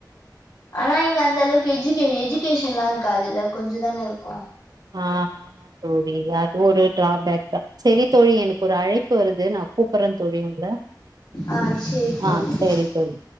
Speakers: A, on the left; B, on the right.
A: ஆனா இங்க அந்த அளவுக்கு எஜுகே எஜுகேஷ் ன்லா இருக்காதுல்ல கொஞ்சே தானே இருக்கு
B: ஆஹ் ஆமா தோழி அது ஒரு டிராபேக் தா செரி தோழி எனக் ஒரு அழைப் பு வருது நா கூப்பறே தோழி உங்கள
A: ஆ சேரி தோழி
B: ஆஹ் செரி தோழி